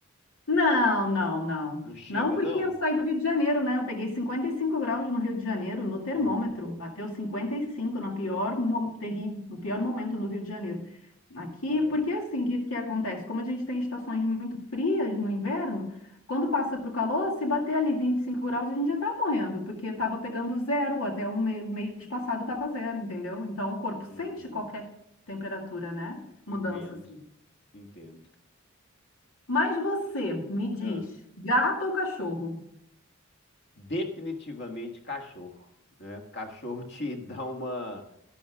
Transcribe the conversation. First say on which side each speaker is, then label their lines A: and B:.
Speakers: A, on the left; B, on the left.
A: Não, não, não.
B: Não chega,
A: Não, porque
B: não?
A: eu saí do Rio de Janeiro, né? Eu peguei 55 graus no Rio de Janeiro, no termômetro.
B: Ô, louco.
A: Bateu 55 no pior,
B: Ah,
A: mo- terri- no pior momento no Rio de Janeiro. Aqui,
B: ah,
A: porque assim, o que, que acontece? Como a gente tem estações muito frias no inverno, quando passa para o calor, se bater ali 25 graus, a gente já está morrendo, porque estava pegando zero, até o me- mês passado estava zero, entendeu? Então, o corpo
B: hum,
A: sente qualquer temperatura, né?
B: entendo,
A: Mudança, assim.
B: entendo.
A: Mas você me diz,
B: Ah,
A: gato ou cachorro?
B: definitivamente cachorro, né? Cachorro te <laughs> dá uma